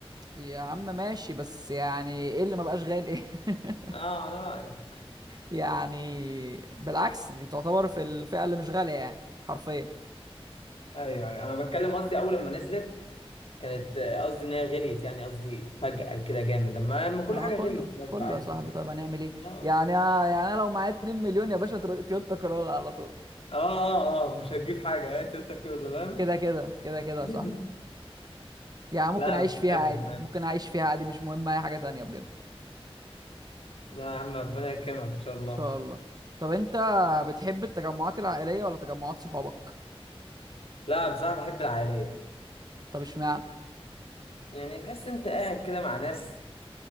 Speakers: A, on the right; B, on the left.
A: يا عم ماشي بس يعني ايه اللي ما بقاش غالي ايه <laughs>
B: اه على رأيك
A: يعني بالعكس دي تعتبر في الفئه اللي مش غاليه يعني حرفيا
B: ايوه ايوه انا بتكلم قصدي اول لما نزلت كانت آه، قصدي ان هي غليت يعني قصدي فجأة كده جامد لما لما كل
A: ما
B: حاجة
A: كله
B: غليت برضه
A: كله
B: عادي
A: يا صاحبي طيب هنعمل ايه
B: اه
A: يعني يعني انا لو معايا 2 مليون يا باشا تر- تويوتا كرولا على طول
B: اه اه, آه مش هتجيب حاجة هات انت كله فاهم
A: كده كده كده كده
B: <laughs>
A: يا صاحبي يعني ممكن
B: لا
A: اعيش
B: بس
A: فيها
B: حلو
A: عادي
B: حلو
A: ممكن اعيش فيها عادي مش مهم اي حاجة تانية بجد ان
B: لا يا عم ربنا يكرمك ان شاء الله
A: شاء الله طب انت بتحب التجمعات العائلية ولا تجمعات صحابك
B: لا بصراحة بحب العائلية
A: طب اشمعنى
B: يعني تحس انت قاعد كده مع ناس